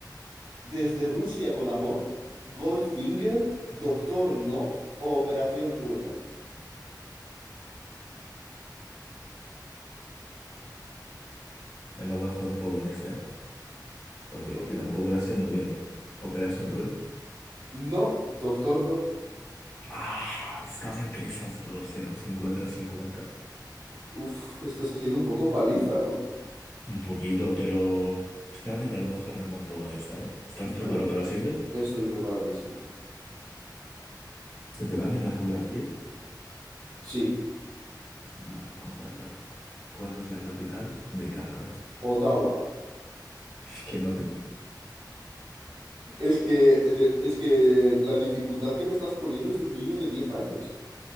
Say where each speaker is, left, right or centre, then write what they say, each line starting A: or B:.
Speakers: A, on the right; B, on the left.
A: ¿Desde Rusia con amor? ¿Goldfinger? ¿Doctor No? ¿O Operación Trueno?
B: Me la voy a jugar un poco en este, ¿eh? porque
A: Sorpréndeme.
B: es que tampoco la sé muy bien. Operation Run.
A: No, Doctor No.
B: Ah, estaba entre esas dos, era un cincuenta 50
A: Uf, esto se ha sido un poco paliza, ¿no?
B: Un poquito, pero espérate que a lo mejor remonto con esta, ¿eh? ¿Estás
A: Vale.
B: preparado para la siguiente?
A: Estoy preparadísimo.
B: ¿Se te da bien la geografía?
A: Sí,
B: Vale, vamos a ver ahora. ¿Cuál es la capital de Canadá?
A: Ottawa.
B: Es que no tengo.
A: Es que, es que la dificultad que me estás poniendo es de un niño de 10 años.